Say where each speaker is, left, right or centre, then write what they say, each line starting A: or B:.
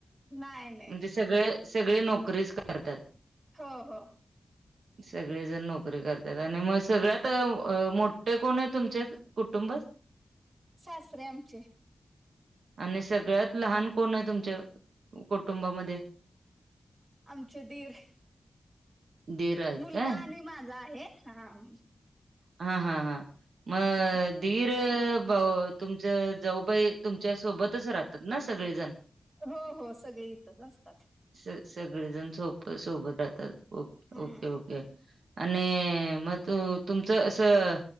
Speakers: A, on the right; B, on the right.
A: नाही नाही
B: म्हणजे सगळे, सगळे नोकरीच करत्यात.
A: हो हो
B: ह, <inaudible> सगळी जण नोकरी करत्यात, आणि मग सगळ्यात मोठे कोण आहे तुमच्यात, कुटुंबात?
A: सासरे आमचे
B: आणि सगळ्यात लहान कोणये तुमच्या कुटुंबामध्ये?
A: आमचे दीर.
B: दीर आहेत
A: मुलगा
B: काय?
A: आणि माझा आहे, हा हम
B: हा हा हा मऽ
A: हा
B: दिर भाऊ, तुमच्या जाऊबाई तुमच्या सोबतच राहता? ना सगळेजण
A: हो हो सगळी इथंच असतात
B: स सगळेजण सोबत राहतात, ओ
A: हम्म
B: ओके ओके. आण मं तू तुमचं असं,